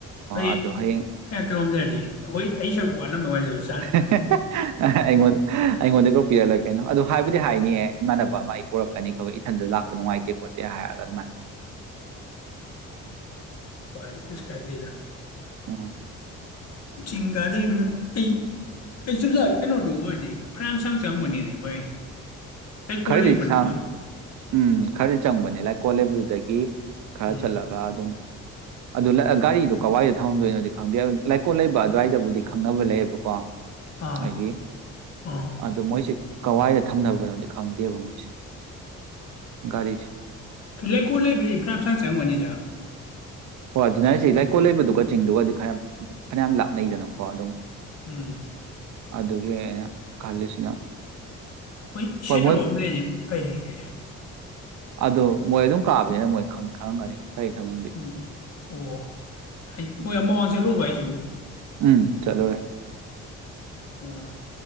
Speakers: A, on the right; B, on the left.
A: ꯑꯣ
B: ꯑꯩ
A: ꯑꯗꯣ ꯍꯌꯦꯡ
B: ꯑꯦꯗ ꯇꯧꯔꯝꯗ꯭ꯔꯗꯤ ꯑꯈꯣꯏ ꯑꯩ ꯁꯔꯨꯛ ꯋꯥꯠꯂꯝꯕ ꯋꯅꯤꯗ
A: ꯍꯦ-ꯍꯦ-ꯍꯦꯍ ꯑꯩꯉꫭꯟ ꯑꯩꯉꯣꯟꯗ ꯀꫭꯛ ꯄꯤꯌꯔ ꯂꯩ ꯀꯩꯅꯣ ꯑꯗꯨ ꯍꯥꯏꯕꯨꯗꯤ ꯍꯥꯏꯅꯤꯌꯦ ꯀꯥꯟꯅꯕ ꯑꯃ ꯑꯩ ꯄꯨꯔꯛꯀꯅꯤ ꯑꯩ ꯏꯊꯟꯗ ꯂꯥꯛꯄ ꯅꯨꯡꯉꯥꯏꯇꯦ ꯈꯣꯠꯇꯦ ꯍꯥꯏꯔꯒ ꯑꯗꯨꯃꯥꯏꯅ ꯎꯝ
B: ꯍꫭꯏ ꯑꯗꯨ ꯀꯩꯁꯨ ꯀꯥꯏꯗꯦꯗ
A: ꯎꯝ
B: ꯆꯤꯡꯀꯥꯗꫭꯏꯃꯤꯅ ꯑꯩ ꯑꯩ <unintelligible> ꯀꯩꯅꯣꯗꯨ ꯑꯣꯏꯔꯗꯤ ꯐꯩꯅꯥꯝ ꯁꯥꯡ ꯆꯪꯉꯝꯒꯅꯤ ꯃꯣꯏ ꯂꯩꯀꯣꯜ
A: ꯈꯔꯗꯤ
B: ꯂꯩ ꯃꯅꯨꯡꯗꯩ
A: ꯁꯥꯡ ꯎꯝ ꯈꯔ ꯆꯪꯕꯅꯤ ꯂꯥꯏꯀꯣꯜ ꯂꯩꯕꯗꯨꯗꯒꯤ ꯈꯔ
B: ꯎꯝ
A: ꯆꯠꯂꯒ ꯑꯗꯨꯝ ꯑꯗꯨ ꯒꯥꯔꯤꯗꫭ ꯀꯋꯥꯏꯗ ꯊꯝꯃꯝ ꯗꯣꯏꯅꯣꯗꯤ ꯈꯪꯗꯦ ꯂꯩꯀꯣꯜ ꯂꯩꯕ ꯑꯗꯨꯋꯥꯏꯗꯕꯨꯗꯤ ꯈꯪꯅꯕ ꯂꯩꯌꯦꯕꯀꯣ
B: ꯑꯥ
A: ꯑꯩꯒꯤ
B: ꯑꯥ
A: ꯑꯗꯨ ꯃꯣꯏꯁꯦ ꯀꯋꯥꯏꯗ ꯊꯝꯅꯕꯅꯣꯗꯤ ꯈꯪꯗꯦꯕ ꯃꯣꯏꯁꯦ ꯒꯥꯔꯤꯁꯦ
B: ꯂꯩꯀꯣꯜ ꯂꯩꯕꯗꯩ ꯐꯩꯅꯥꯝ ꯁꯥꯡ ꯆꯪꯉꯝꯒꯅꯤꯗ
A: ꯍꯣꯏ ꯑꯗꯨꯅꯦ ꯍꯥꯏꯁꯦ ꯂꯩꯀꯣꯜ ꯂꯩꯕꯗꯨꯒ ꯆꯤꯡꯗꯨꯒꯗꯤ ꯈꯔ ꯐꯅꯌꯥꯝ ꯂꯥꯞꯅꯩꯗꯅꯀꯣ ꯑꯗꯨꯝ
B: ꯎꯝ
A: ꯑꯗꯨꯒꯤ ꯑꯩꯅ ꯈꯜꯂꯤꯁꯤꯅ
B: ꯍꫭꯏ ꯁꯤꯖꯤꯟ
A: ꯍꯣꯏ
B: ꯅꯕꯝ ꯑꯃ ꯂꯩꯔꯗꯤ ꯐꯩꯍꯦ
A: ꯑꯗꯨ ꯃꯣꯏ ꯑꯗꯨꯝ ꯀꯥꯕꯌꯥꯏ ꯃꯣꯏ ꯈꯪꯗꯤ ꯈꯪꯉꯝꯒꯅꯤ ꯒꯥꯔꯤ ꯊꯝꯃꯝꯗꯤ
B: ꯎꯝ ꯑꯣ ꯌꯥꯏꯗꯤ ꯃꯣꯏ ꯑꯥ ꯃꯃꯥꯡ ꯆꯠꯂꯨꯕ ꯍꯥꯏꯁꯤꯕꯨ
A: ꯎꯝ ꯆꯠꯂꯨꯔꯦ
B: ꯎꯝ